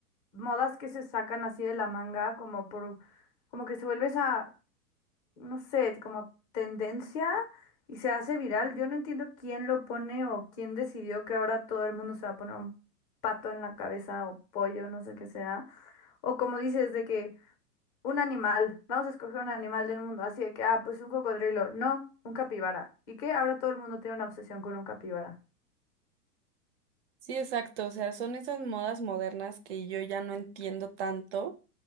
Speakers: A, on the left (about 25°); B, on the right (about 45°).
A: modas que se sacan así de la manga, como por, como que se vuelve esa, no sé, como tendencia y se hace viral. Yo no entiendo quién lo pone o quién decidió que ahora todo el mundo se va a poner un pato en la cabeza o pollo, no sé qué sea. O como dices, de que un animal, vamos a escoger un animal del mundo, así de que, ah, pues un cocodrilo, no, un capibara. ¿Y qué? Ahora todo el mundo tiene una obsesión con un capibara.
B: Sí, exacto. O sea, son esas modas modernas que yo ya no entiendo tanto.